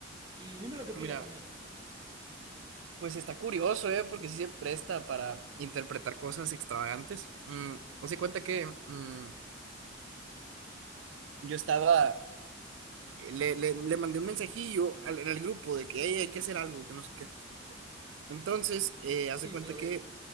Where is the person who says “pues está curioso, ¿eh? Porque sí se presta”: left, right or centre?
Right